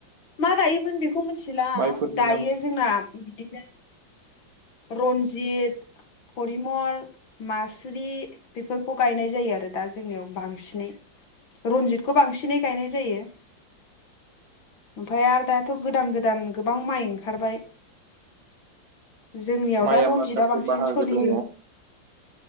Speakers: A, on the left; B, on the right.
A: मा गायोमोन बेखौ बे खौ मिथिला
B: माइफोरनि
A: दायो
B: नाम
A: जोंना बिदि रनजित परिमल मासुरि बेफोरखौ गायनाय जायो आरो दा जोंनियाव बांसिनै रनजितखौ बांसिनै गायनाय जायो ओमफ्राय आरो दाथ' गोदान गोदान गोबां माइ ओंखारबाय जोंनियाव
B: माइआ
A: दा रनजितआ
B: माखासे
A: बांसिन
B: बाहागो
A: सोलियो
B: दङ